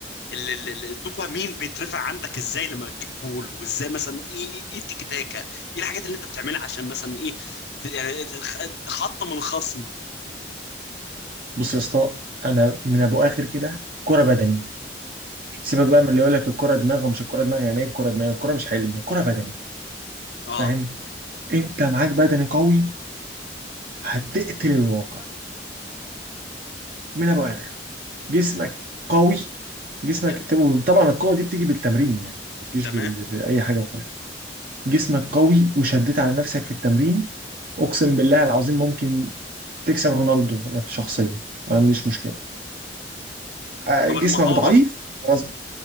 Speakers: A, on the left; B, on the right.
A: ال- ال- ال- الدوبامين بيترفع عندك ازاي لما بتجيب جول وازاي مثلا ايه ايه إيه التكتاكه ايه الحاجات اللي انت بتعملها عشان مثلا ايه ت- يعني تخ- تحطم الخصم
B: بص يا اسطى انا من ابو اخر كده كرة بدني سيبك بقى من اللي يقول لك الكرة دماغ ومش الكرة دماغ يعني ايه الكرة دماغ الكرة مش علم الكرة بدني
A: اه
B: فاهم انت معاك بدني قوي هتقتل الواقع من ابو اخر جسمك قوي جسمك
A: ايوه
B: طبعا القوة دي بتيجي بالتمرين يعني ما بتجيش
A: تمام
B: بال... بأي حاجة أخرى جسمك قوي وشديت على نفسك في التمرين اقسم بالله العظيم ممكن تكسب رونالدو أنا في شخصيا ما عنديش مشكلة آه،
A: طب
B: جسمك
A: المهاره
B: ضعيف خلاص